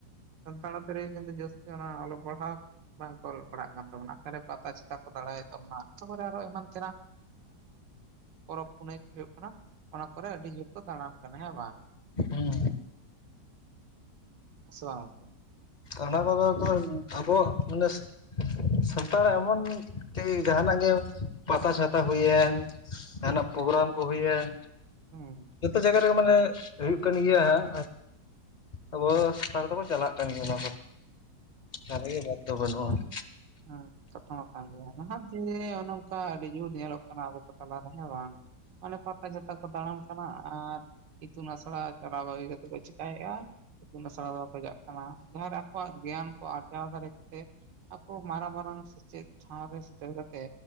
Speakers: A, on the right; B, on the left.
A: ᱥᱟᱱᱛᱟᱲ ᱨᱮ ᱠᱤᱱᱛᱩ ᱡᱟᱹᱥᱛᱤ ᱚᱱᱟ ᱚᱞᱚᱜ ᱯᱟᱲᱦᱟᱜ ᱵᱟᱝᱠᱚ ᱯᱟᱲᱦᱟᱜ ᱠᱟᱱ ᱛᱟᱵᱚᱱᱟ ᱚᱠᱟᱨᱮ ᱯᱟᱛᱟ ᱪᱷᱟᱛᱟ ᱠᱚ ᱫᱟᱲᱟᱭ ᱛᱟᱵᱚᱱᱟ ᱛᱚᱨᱮ ᱟᱨᱚ ᱮᱢᱟᱱ ᱛᱮᱱᱟᱜ ᱯᱚᱨᱚᱵᱽ ᱯᱩᱱᱟᱹᱭ ᱦᱩᱭᱩᱜ ᱠᱟᱱᱟ ᱚᱱᱟ ᱠᱚᱨᱮ ᱟᱹᱰᱤ ᱡᱳᱨ ᱫᱟᱲᱟᱢ ᱠᱟᱱᱟ ᱦᱮᱸ ᱵᱟᱝ
B: ᱦᱩᱸ
A: ᱥᱮ ᱵᱟᱝ ᱜᱚᱝᱠᱮ
B: ᱚᱱᱟ ᱠᱚᱫᱚ ᱟᱵᱚ ᱢᱟᱱᱮ ᱥᱟᱱᱛᱟᱲᱟᱜ ᱮᱢᱚᱱ ᱠᱤ ᱡᱟᱦᱟᱱᱟᱜ ᱜᱮ ᱯᱟᱛᱟ ᱪᱷᱟᱛᱟ ᱦᱩᱭᱮᱱ ᱡᱟᱦᱱᱟᱜ ᱯᱨᱳᱜᱨᱟᱢ ᱠᱚ ᱦᱩᱭᱮᱱ
A: ᱦᱩᱸ ᱦᱩᱸ
B: ᱡᱚᱛᱚ ᱡᱟᱭᱜᱟ ᱨᱮᱜᱮ ᱢᱟᱱᱮ ᱦᱩᱭᱩᱜ ᱠᱟᱱ ᱜᱮᱭᱟ ᱦᱟᱸᱜ ᱟᱵᱚ ᱥᱟᱱᱛᱟᱲ ᱫᱚᱠᱚ ᱪᱟᱞᱟᱜ ᱠᱟᱱ ᱜᱮᱭᱟ ᱥᱟᱨᱤ ᱜᱮ ᱵᱟᱫᱽ ᱫᱚ ᱵᱟᱹᱱᱩᱜᱼᱟ ᱾
A: ᱦᱩᱸ ᱲ <inaudible> ᱠᱷᱚᱛᱚᱢ ᱟᱠᱟᱱ ᱜᱮᱭᱟ ᱱᱟᱦᱟᱜ ᱡᱮ ᱱᱚᱚ ᱱᱚᱝᱠᱟ ᱟᱹᱰᱤᱜᱮᱵᱚ ᱧᱮᱞᱚᱜ ᱠᱟᱱᱟ ᱟᱵᱚ ᱠᱚ ᱛᱟᱞᱟ ᱨᱮ ᱦᱮᱸ ᱵᱟᱝ ᱾ ᱢᱟᱱᱮ ᱯᱟᱛᱟ ᱪᱷᱟᱛᱟ ᱠᱚ ᱫᱟᱬᱟᱱ ᱠᱟᱱᱟ ᱟᱨ ᱤᱛᱩᱱ ᱟᱥᱲᱟ ᱪᱟᱞᱟᱣ ᱵᱟᱹᱜᱤ ᱠᱟᱛᱮ ᱠᱚ ᱪᱤᱠᱟᱭᱮᱫᱼᱟ ᱤᱛᱩᱱ ᱟᱥᱲᱟ ᱫᱚ ᱵᱟᱠᱚ ᱪᱟᱜ ᱠᱟᱱᱟ ᱡᱟᱦᱟᱸ ᱨᱮ ᱟᱠᱚᱣᱟᱜ ᱜᱮᱭᱟᱱ ᱠᱚ ᱟᱨᱡᱟᱣ ᱫᱟᱲᱮ ᱟᱠᱚ ᱢᱟᱨᱟᱝ ᱢᱟᱨᱟᱝ ᱥᱮᱪᱮᱫ ᱴᱷᱟᱶ ᱨᱮ ᱥᱮᱴᱮᱨ ᱠᱟᱛᱮ